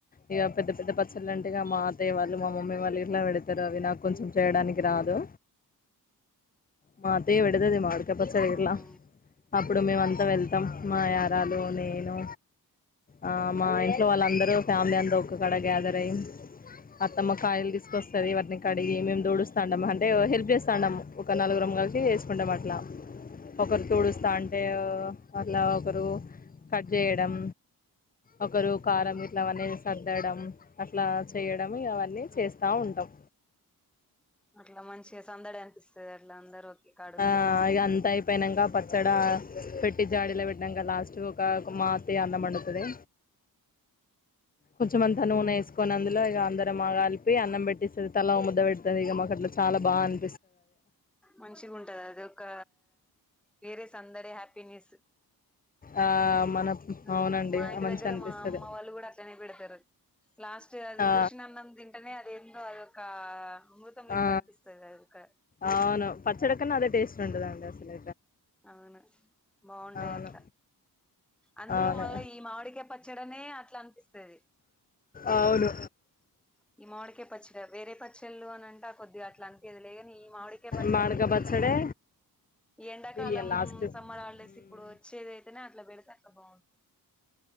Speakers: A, on the left; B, in the centre.
A: ఇక పెద్ద పెద్ద పచ్చళ్ళు అంటే ఇక మా అతయ్య వాళ్ళు మా మమ్మీ వాళ్ళు ఇట్లా పెడతారు అవి నాకు కొంచెం చేయడానికి రాదు మా అత్తయ్య పెడుతది మామిడిక్ య పచ్చడి గిట్లా
B: ఆహా
A: అప్పుడు మేమ అంతా వెళ్తాం మా యరాలు నేను ఆ మా ఇంట్లో వాళ్ళందరూ ఫ్యామిలీ అంతా ఒకక్కక్కడ గ్యాదర్ అయ్యి అత్తమ్మ కాయలు తీసుకొస్తంది వాటిని కడిగి మేము దోడుస్తా ఉండం అంటే హెల్ప్ చేస్తా ఉండం ఒక నాలుగురం కాల్ సి చేసుకుంటాం అట్లా ఒకరు తుడుస్తా
B: ఆహా.
A: అంటే అట్లా ఒకరు కట్ చేయడం ఒకరు కారం
B: ఉమ్.
A: ఇట్ల అన్నీ సర్దడం అట్లా చేయడంము ఇగా ఇవన్నీ చేస్తా ఉంటాం
B: అట్ల మంచిగా సందడ అనిపిస్తది అట్లా అందరు కాడుంటే
A: ఆ ఇగ అంత అయిపోయినాక పచ్చడా పెట్టి జాడలో పెట్టడాక లాస్ట్ కు ఒక మా అత్తయ్య అన్నం వండుతది కొంచెంమంతా నూనె వేసుకొని అందులో ఇగ అందరం మా కలిపి అన్నం పెట్టిస్తది తల ఓ ముద్ద పెడుతది ఇగ మాకు అట్లా చాలా బాగా ఆన్
B: మంచి గుంట ంట అది ఒక వేరే సందడి హ్యా నేస్
A: ఆ మన
B: అట్లా
A: అవునండి
B: మా ఇంటి
A: మంచిగా
B: దగ్గర
A: అనిపిస్తది
B: మా అమ్మ వాళ్ళు కూడా అట్లనే పెడతారు లాస్ట్ అది
A: ఆ
B: ఊర్సిన అన్నం తింటేనే ఎందో అదొక అ అమృతం లెక్క
A: ఆ
B: అనిపిస్తది అది కా
A: అవును పచ్చేడా కన్నా అదే టేస్ట్ ఉంటాదండి అసల్
B: అవును బాగుంటాయి
A: అవును
B: అట్లా అందులో
A: అవును
B: మళ్ళా ఈ మామిడికే పచ్చ చ్చడనే అట్లా అనిపి తది
A: అవును
B: ఈ మామిడికాయ పచ్చడి వేరే పచ్చళ్ళు అని అంటే కొద్దిగా అట్లా అనిపియదులే గాని ఈ మామిడికాయ పచ్చడి
A: మామిడికాయ
B: పెట్టి
A: పచ్చడే
B: ఈ ఈ ఎండా కాలం
A: ఇయాల లాస్ట్ ఉమ్,
B: సమ్మర్ హాలిడే ఇప్పుడు వచ్చేదైతేనే అట్లా పెడితే అట్లా బాగుంటది.